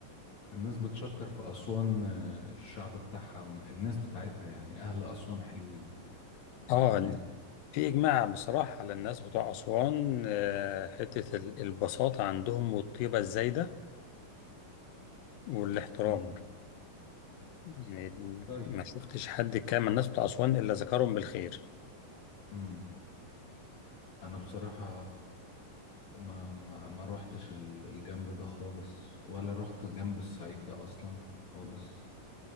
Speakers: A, on the left; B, on the left.
A: الناس بتشكر في أسوان آه، الشعب بتاعها والناس بتاعتها يعني أهل أسوان حلوين وجمال
B: اه في اجماع بصراحه على الناس بتوع اسوان آه، حته ال- البساطه عندهم والطيبه الزايده والاحترام
A: امم
B: يعني
A: طيب
B: ما شفتش حد كان من الناس بتوع أسوان إلا ذكرهم بالخير
A: امم أنا بصراحة ما ما, ما روحتش ال- الجنب ده خالص ولا روحت جنب الصعيد ده أصلا خالص